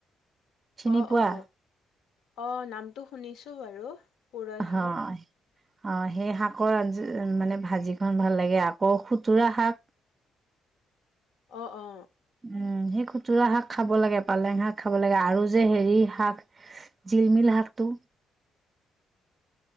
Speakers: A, on the right; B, on the left.
A: চিনি
B: অ
A: পোৱা
B: অ। অ, নামটো শুনিছো বাৰু। পুৰৈ
A: অঁ
B: শাক।
A: অ সেই শাকৰ আঞ্জ মানে ভাজিখন ভাল লাগে, আকৌ খুতুৰা শাক।
B: অ অ।
A: উম সেই খুতুৰা শাক খাব লাগে পালেং শাক খাব লাগে আৰু যে হেৰি শাক জিলমিল শাকটো।